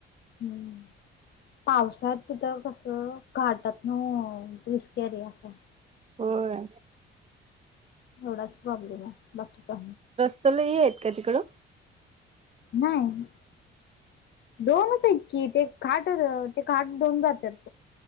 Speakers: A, on the left (about 60°); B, on the right (about 30°).
A: हम्म. पावसात तिथं कसं घाटात न रिस्की आहे रे असं.
B: होय.
A: एवढाच प्रॉब्लेम आहे बाकी का
B: रस्त लही आहेत का तिकडं?
A: नाही. दोनच हाईट की ते खाट तेखाट दोन जातात बघ.